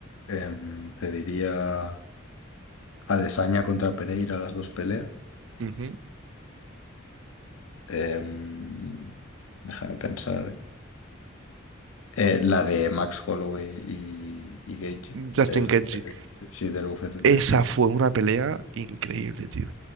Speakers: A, on the left; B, on the right.
A: Em, te diría Adesanya contra Pereira, las dos peleas.
B: Ujú.
A: Em, déjame pensar. Eh, la de Max Holloway y, y Gaethje, del
B: Justin Gaethje.
A: UFC, sí, del UFC 300.
B: Esa fue una pelea increíble, tío.